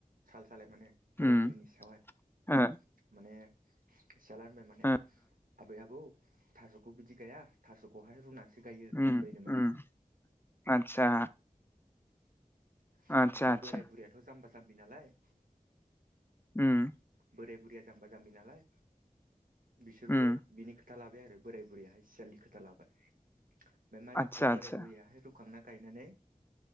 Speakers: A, on the right; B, on the left.
A: साल सालाय माने बोराय
B: उम
A: बुरैनि सायावहाय
B: ओ
A: माने सियाल होनबाय माने
B: ओ
A: आबै आबौ थास'खौ बिदि गैया थास'खौहाय रुनानै सो गायो
B: उम
A: होनबायनो माने
B: उम आतसा
A: ओमफफ्राय
B: आतसा आतसा
A: बोराय बुरैयाथ' जाम्बा जाम्बि नालाय
B: ओम
A: बोराय बुरिया जाम्बा जाम्बि नालाय बिसोरबो
B: उम
A: बिनि खो था लाबाय आरो बोराय बुरैयाहाय सियालनि खोथा लाबाय ओमफ्राय मा जाखो
B: आतसा
A: बोराय
B: आतसा
A: बुर रुखांना गायनानै